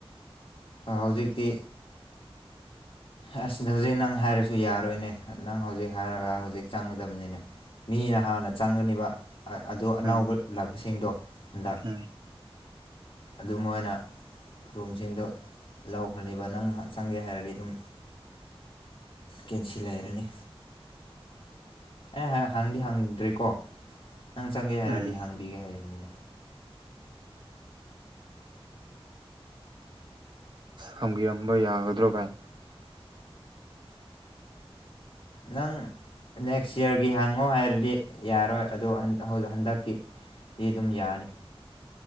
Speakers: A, on the left; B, on the right.
A: ꯍꯧꯖꯤꯛꯇꯤ ꯑꯁꯗ ꯍꯧꯖꯤꯛ ꯅꯪ ꯍꯥꯏꯔꯁꯨ ꯌꯥꯔꯣꯏꯅꯦ ꯅꯪ ꯍꯧꯖꯤꯛ ꯍꯥꯏꯔꯒ ꯍꯧꯖꯤꯛ ꯆꯪꯒꯗꯕꯅꯤꯅꯦ ꯃꯤꯅ ꯍꯥꯟꯅ ꯆꯪꯒꯅꯤꯕ ꯑꯗꯨꯣ ꯑꯅꯧꯕ
B: ꯎꯝ
A: ꯂꯥꯛꯄꯁꯤꯡꯗꯣ ꯍꯟꯗꯛ
B: ꯎꯝ
A: ꯑꯗꯨ ꯃꯣꯏꯅ ꯔꯨꯝꯁꯤꯡꯗꯣ ꯂꯧꯈ꯭ꯔꯅꯦꯕ ꯅꯪ ꯉꯥꯏꯍꯥꯛ ꯆꯪꯒꯦ ꯍꯥꯏꯔꯗꯤ ꯑꯗꯨꯝ ꯀꯦꯟꯁꯤꯜ ꯍꯥꯏꯔꯅꯤ ꯑꯦ ꯍꯪꯗꯤ ꯍꯥꯡꯗ꯭ꯔꯦꯀꯣ ꯅꯪ ꯆꯪꯒꯦ ꯍꯥꯏꯔꯗꯤ
B: ꯎꯝ
A: ꯍꯥꯡꯕꯤꯒꯦ ꯍꯥꯏꯔꯅꯦ
B: ꯍꯪꯕꯤꯔꯝꯕ ꯌꯥꯒꯗ꯭ꯔꯣ ꯚꯥꯏ
A: ꯅꯪ ꯅꯦꯛꯁ ꯏꯌꯥꯔꯒꯤ ꯍꯪꯉꯣ ꯍꯥꯏꯔꯗꯤ ꯌꯥꯔꯣꯏ ꯑꯗꯨꯗ ꯍꯟꯗꯛꯀꯤ ꯑꯩ ꯑꯗꯨꯝ ꯌꯥꯅꯤ